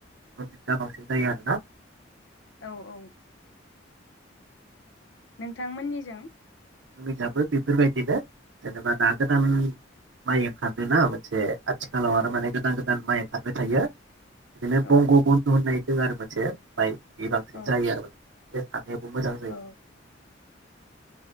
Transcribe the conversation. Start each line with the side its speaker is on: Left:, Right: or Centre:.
Right: रन्जितदा बांसिन जायो आरो ना।
Left: औ औ। नोंथांमोननिजों?
Right: जोंखोय जायबो बेफोरबायदिनो। जेनेबा दा गोदान
Left: औ
Right: माइया खादोंना मोनसे आथिखालाव आरो
Left: औ
Right: माने गोदान गोदान माइ खारबाय थायो। बिदिनो
Left: औ
Right: बंग बन्धु होननाय जों आरो मोनसे बाइक बे बांसिन
Left: औ
Right: जायो आरो बे थानाया बो मोजां जायो।
Left: औ